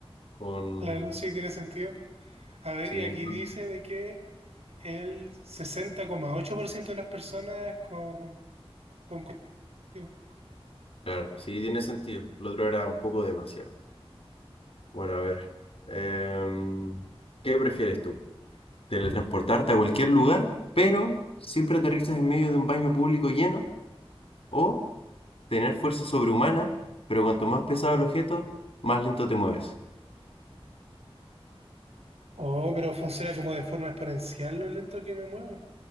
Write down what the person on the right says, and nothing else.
Claro, sí, tiene sentido. A ver,
y aquí
dice de que el sesenta coma ocho por ciento de las personas con, con cultivo.
Oh, pero funciona como de forma exponencial lo lento que me muevo.